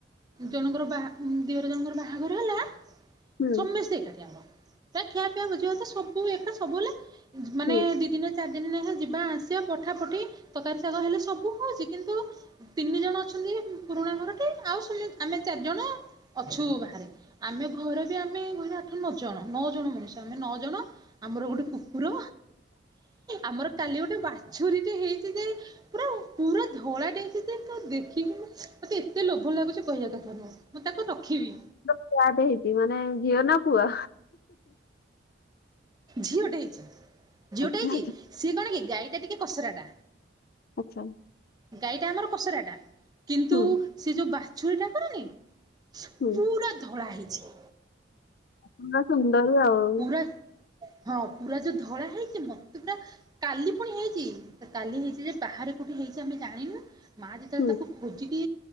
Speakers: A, on the right; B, on the left.
A: ଜଣଙ୍କର ବା ଦିଅର ଜଣଙ୍କର ବାହାଘର ହେଲା।
B: ହୁଁ
A: ସମସ୍ତେ ଏକାଠି ଆମର ଖିଆ ପିଆ ଭୋଜି ଭାତ ସବୁ ଏକା ସବୁ ହେଲା। ମାନେ
B: ହୁଁ।
A: ଦିଇ ଦିନ ଚାରି ନେଖା ଯିବା ଆସିବା ପଠା ପଠି ତକାରି ଶାଗ ହେଲେ ସବୁ ଖାଉଚି କିନ୍ତୁ ତିନି ଜଣ ଅଛନ୍ତି ପୁରୁଣା ଘରଟେ ଆଉ ସମେ ଆମେ ଚାରି ଜଣ ଅଛୁ ବାହାରେ ଆମେ ଘରେ ବି ଆମେ ଘରେ ଆଠ ନଅ ଜଣ ନଅ ଜଣ ମଣିଷ ଆମେ ନଅ ଜଣ ଆମର ଗୋଟେ କୁକୁର ଆମର କାଲି ଗୋଟେ ବାଛୁରୀ ହେଇଛି ଯେ ପୁରା ପୁରା ଧଳାଟେ ହେଇଛି ତୁ ଦେଖିକି ମତେ ଏତେ ଲୋଭ ଲାଗୁଛି କହିବା କଥା ନୁହଁ ମୁଁ ତାକୁ ରଖିବି।
B: କ୍ୟାଟ୍ ହେଇଚି ମାନେ ଝିଅ ନା ପୁଅ।
A: ଝିଅଟେ ହେଇଛି ଝିଅଟେ
B: ଆଚ୍ଛା
A: ହେଇଛି
B: ଆଚ୍ଛା
A: ସିଏ କଣ କି ଗାଈ ଟା ଟିକେ କସରା ଟା
B: ଆଚ୍ଛା।
A: ଗାଈଟା ଆମର କସରାଟା କିନ୍ତୁ
B: ହୁଁ
A: ସେ ଯୋଉ ବାଛୁରୀ ଟା କରିନି ପୁରା
B: ହୁଁ
A: ଧଳା ହେଇଛି।
B: ପୁରା ସୁନ୍ଦର ହି ହବ।
A: ପୁରା ହଁ ପୁରା ଯୋଉ ଧଳା ହେଇଛି ମତେ ପୁରା କାଲି ପୁଣି ହେଇଛି କାଲି ହେଇଛି ଯେ ବାହାରେ କେଉଁଠି ହେଇଛି ଆମେ ଜାଣିନୁ ମା ଯେତେବେଳେ
B: ହୁଁ
A: ତାକୁ ଖୋଜିକି